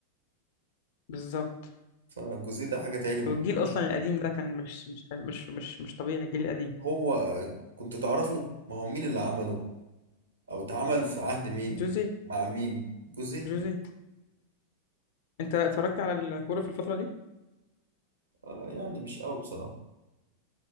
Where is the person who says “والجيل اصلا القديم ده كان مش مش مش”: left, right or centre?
Left